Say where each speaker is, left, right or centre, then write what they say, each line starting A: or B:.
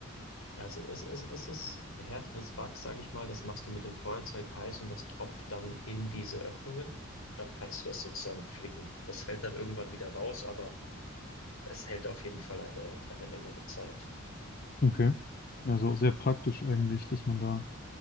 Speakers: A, on the left; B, on the left.
A: ja, also es, es, es ist härteres Wachs, sage ich mal. Das machst du mit dem Feuerzeug heiß und das tropft dann in diese Öffnungen und dann kannst du das sozusagen flicken. Das fällt dann irgendwann wieder raus, aber es hält auf jeden Fall eine, eine längere Zeit.
B: Okay. Also sehr praktisch eigentlich, dass man da